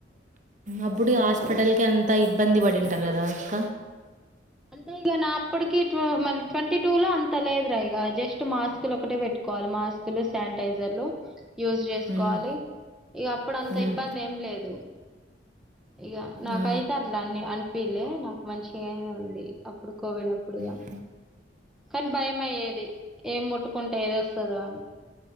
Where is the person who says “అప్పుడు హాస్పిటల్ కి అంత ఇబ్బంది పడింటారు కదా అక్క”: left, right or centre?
Right